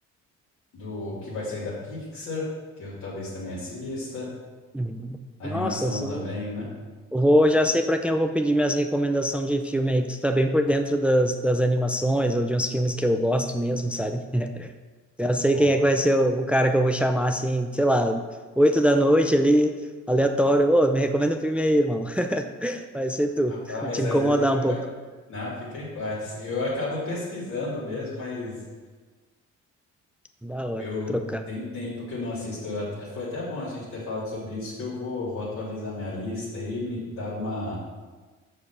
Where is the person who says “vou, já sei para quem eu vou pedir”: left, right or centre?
Centre